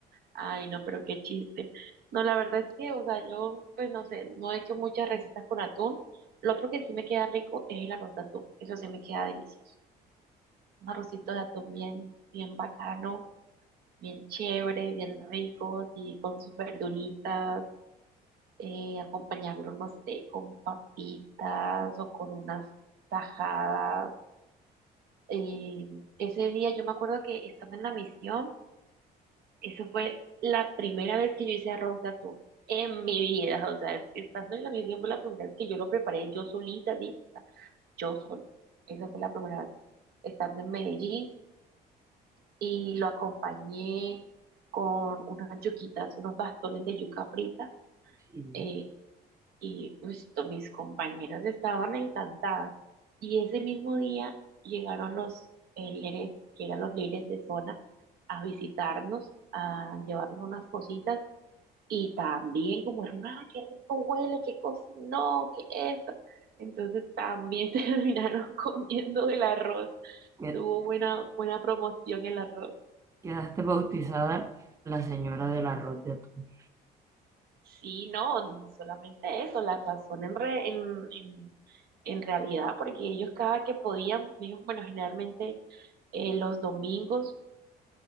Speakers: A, on the right (about 65°); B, on the right (about 20°).
A: Ay, no, pero qué chiste. No, la verdad es que, o sea, yo, pues no sé, no he hecho muchas recetas con atún. Lo otro que sí me queda rico es el arroz de atún, eso sí me queda delicioso. Un arrocito de atún bien, bien bacano, bien chévere, bien rico, y con sus verduritas eh, acompañarlo, no sé, con papitas o con unas tajadas. Eh, ese día yo me acuerdo que estando en la misión, eso fue la primera vez que yo hice arroz de atún en mi vida, o sea, estando en la misión fue la primera vez que yo lo preparé yo solita, así, o sea, yo sola. Esa fue la primera vez estando en Medellín y lo acompañé con unas yuquitas, unos bastones de yuca frita.
B: Sí,
A: eh, Y pues, to- mis compañeras estaban encantadas. Y ese mismo día llegaron los eh, líderes, que eran los líderes de zona, a visitarnos, a llevarnos unas cositas. Y también como, hermana, qué rico huele, qué cocinó, qué esto. Entonces también <laughs> se terminaron comiendo el arroz.
B: que-
A: Tuvo buena, buena promoción el arroz.
B: quedaste bautizada la señora del arroz de atún
A: Sí, no, solamente eso, la razón en, re- en, en, en realidad, porque ellos cada que podían, ellos, bueno, generalmente eh, los domingos,